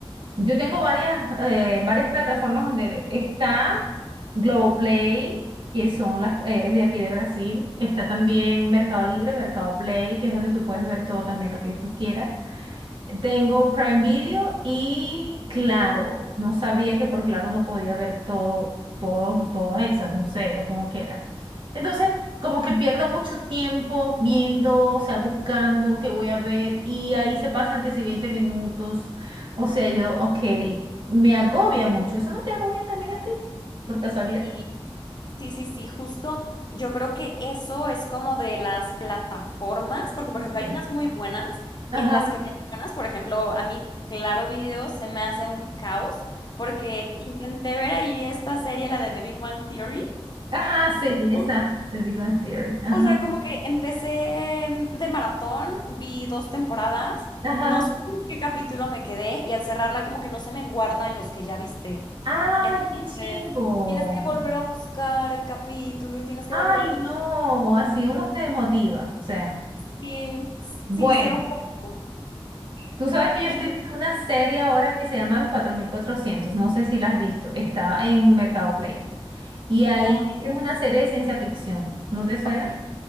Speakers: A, on the right; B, on the left.
A: Yo tengo varias, eh, varias plataformas donde ver. Está Globoplay, que son las, eh, es de aquí de Brasil. Está también Mercado Libre, Mercado Play, que es donde tú puedes ver todo también lo que tú quieras. Tengo Prime Video y Claro. No sabía que por Claro no podía ver todo, todo, todas esas, no sé, lo como quiera. Entonces, como que pierdo mucho tiempo viendo, o sea, buscando qué voy a ver y ahí se pasan que si 20 minutos, o sea, yo, ok, me agobia mucho. ¿Eso no te agobia también a ti, por casualidad?
B: Sí, sí, sí, sí, justo. Yo creo que eso es como de las plataformas, porque por ejemplo
A: Sí.
B: hay unas muy buenas
A: Ajá,
B: en las que mencionas, por ejemplo, a mí Claro Video se me hace un caos, porque intenté ver ahí esta serie, la de The Big Bang Theory.
A: ajá, sí, esa,
B: No,
A: The Big Bang Theory, ajá,
B: O sea, como que empecé en- de maratón, vi dos temporadas,
A: ajá.
B: no sé en qué capítulo me quedé y al cerrarla como que no se me guarda en los que ya viste.
A: ¡Ay,
B: Entonces,
A: qué chimbo!
B: tienes que volver a buscar el capítulo y tienes que
A: Ay,
B: volver a buscar.
A: no, así uno se desmotiva. O sea,
B: Sí,
A: bueno,
B: sí, cero como.
A: tú sabes que yo
B: Y
A: estoy viendo una serie ahora que se llama Los cuatro mil cuatrocientos. no sé si la has visto, está en Mercado Play. Y ahí
B: no,
A: es
B: ¿de
A: una
B: qué es?
A: serie de ciencia ficción, ¿no te suena?
B: Ok,